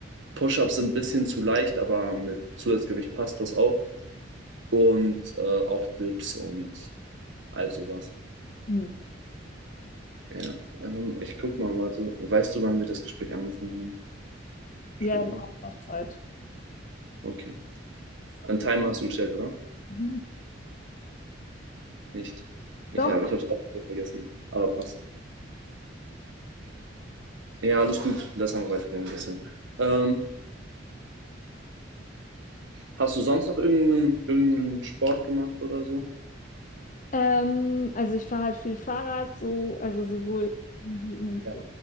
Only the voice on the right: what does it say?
Push-ups sind ein bisschen zu leicht, aber mit Zusatzgewicht passt das auch. Und äh, auch Dips und all sowas.
Ja, ähm, ich guck mal, warte. Weißt du, wann wir das Gespräch angefangen haben?
Entschuldigung.
Okay. Einen Timer hast du gestellt, oder?
Nicht. Ich
habe ich es auch vergessen, aber passt. Ja, alles gut. Lass einfach weiterreden ein bisschen. Ähm, Hast du sonst noch irgendeinen, irgendeinen Sport gemacht oder so?
Ja.